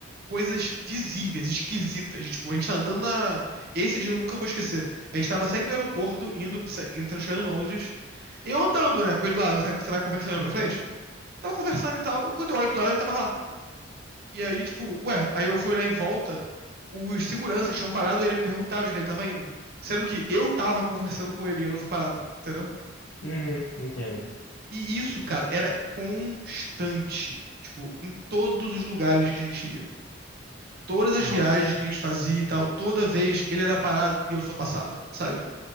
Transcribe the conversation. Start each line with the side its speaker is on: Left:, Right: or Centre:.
Right: coisas visíveis, esquisitas. Tipo, a gente tá andando na. Esse dia eu nunca vou esquecer. A gente tava saindo do aeroporto, indo, pra- entrando, chegando em Londres. Eu andando, né, com ele do lado, sabe, você vai conversando olhando
Left: uhum.
Right: pra frente? Tava conversando e tal, e quando eu olho pro lado, ele não tá mais lá. E aí, tipo, ué, aí eu fui olhar em volta, os seguranças tinham parado, ele perguntava onde é que ele tava indo. Sendo que eu tava conversando com ele e eu não fui parado, entendeu?
Left: Uhum, entendo.
Right: E isso, cara, era constante. Tipo, em todos os lugares que a gente ia. Todas as
Left: Nossa.
Right: viagens que a gente fazia e tal, toda vez ele era parado e eu só passava, sabe?